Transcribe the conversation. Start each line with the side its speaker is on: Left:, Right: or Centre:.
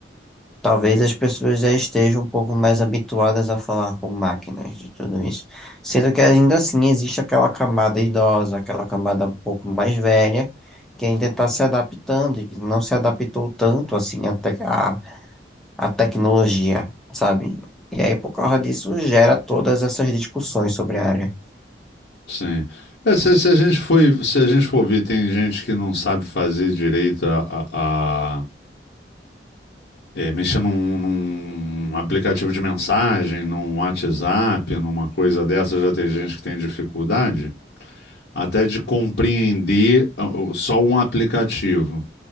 Centre: Talvez as pessoas já estejam um pouco mais habituadas a falar com máquinas de tudo isso. Sendo que ainda assim existe aquela camada idosa, aquela camada um pouco mais velha, que ainda está se adaptando e que não se adaptou tanto assim à tec- à- à tecnologia, sabe? E aí, por causa disso, gera todas essas discussões sobre a área.
Left: Sim. É, se, se a gente foi, se a gente for ver, tem gente que não sabe fazer direito a, a- a- é, mexer num, num aplicativo de mensagem, num WhatsApp, numa coisa dessa, já tem gente que tem dificuldade até de compreender ah, o- só um aplicativo.